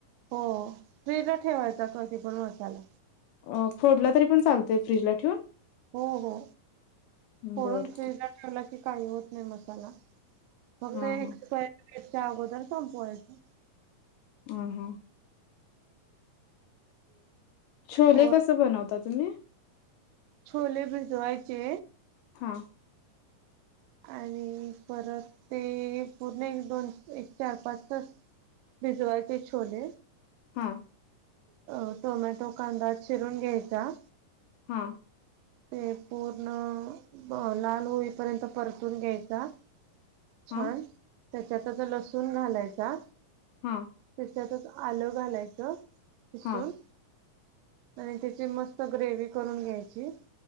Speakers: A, on the right; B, on the left.
A: हो फ्रीजला ठेवायचा कधी पण मसाला.
B: अ फोडला तरी पण चालतंय फ्रीजला ठेऊन?
A: हो हो फोडून
B: बरं
A: फ्रीजला ठेवला की काही होत नाही मसाला. फक्त
B: हा
A: एक्सपायरी
B: हा
A: डेटच्या अगोदर संपवायचं.
B: हं हं. छोले
A: हो.
B: कस बनवता तुम्ही?
A: छोले भिजवायचे
B: हां.
A: आणि परत ते पूर्ण एक दोन एक चार पाच तास भिजवायचे छोले.
B: हां.
A: अ टोमॅटो कांदा चिरून घ्यायचा
B: हां.
A: ते पूर्ण लाल होईपर्यंत परतून घ्यायचा.
B: हां
A: छान त्याच्यातच लसूण घालायचा.
B: हां.
A: त्याच्यातच आलं घालायचं किसून.
B: हां
A: आणि त्याची मस्त ग्रेव्ही करून घ्यायची.